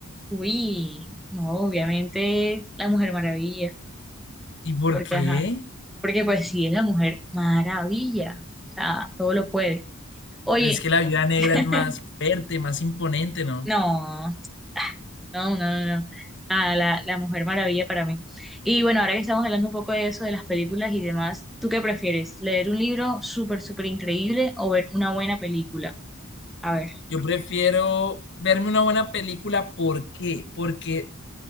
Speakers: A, in the centre; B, on the left.
A: Uy, no, obviamente la Mujer Maravilla.
B: ¿Y por
A: Porque,
B: qué?
A: ajá, porque pues sí es la Mujer Maravilla. O sea, todo lo puede. Oye,
B: Pero es que la
A: <laughs>
B: Viuda Negra es más fuerte, más imponente, ¿no?
A: no, no, no, no, no. Nada, la, la Mujer Maravilla para mí. Y bueno, ahora que estamos hablando un poco de eso, de las películas y demás, ¿tú qué prefieres? ¿Leer un libro súper, súper increíble o ver una buena película? A ver,
B: Yo prefiero verme una buena película. ¿Por qué? Porque